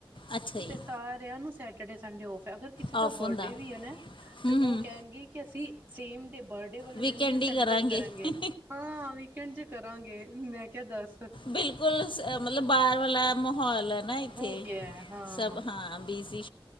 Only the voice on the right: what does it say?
ਤੇ' ਸਾਰਿਆਂ ਨੂੰ ਸੈਟਰਡੇ ਸੰਡੇ ਔਫ ਐ ਅਗਰ ਕਿਸੇ
ਦਾ ਬ
ਵੀ ਐ ਨਾ
ਤੇ ਉਹ
ਕਹਿਣਗੇ ਕਿ ਅਸੀਂ ਸੇਮ ਡੇ ਬਰਡੇ ਵਾਲੇ
ਦਿਨ ਨੀ
ਸੈਲੀਬ੍ਰੇਟ
ਕਰਨਗੇ ਹਾਂ ਵੀਕਐਂਡ ਚ ਕਰਾਂਗੇ ਮੈਂ ਕਿਹਾ ਦੱਸ
ਹੋ ਗਿਆ ਹਾਂ